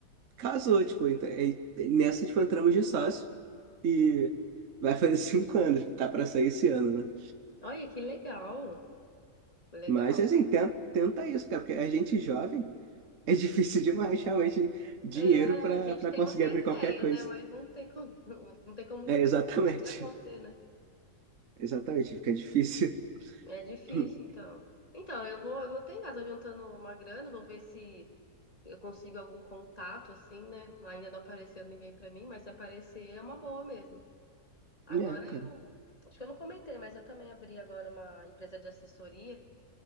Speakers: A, on the right (about 55°); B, on the left (about 25°).
A: casou, tipo, então, é- é, nessa, tipo, entramos de sócio e vai fazer <laughs> cinco anos, tá para sair esse ano, né?
B: Olha, que legal. Legal.
A: Mas, assim, tenta, tenta isso, cara, porque a gente jovem <laughs> é difícil demais, realmente, dinheiro
B: É,
A: para
B: a gente
A: para
B: tem
A: conseguir
B: muita
A: abrir
B: ideia,
A: qualquer coisa.
B: né? Mas não tem como, <laughs> não tem como
A: É, exatamente.
B: fazer acontecer,
A: <laughs>
B: né?
A: Exatamente, fica difícil.
B: É difícil,
A: <laughs>
B: então. Então, eu vou, eu vou tentar, tô juntando uma grana, vou ver se eu consigo algum contato, assim, né? Ainda não apareceu ninguém pra mim, mas se aparecer é uma boa mesmo. Agora
A: É, cara.
B: eu, acho que eu não comentei, mas eu também abri agora uma empresa de assessoria.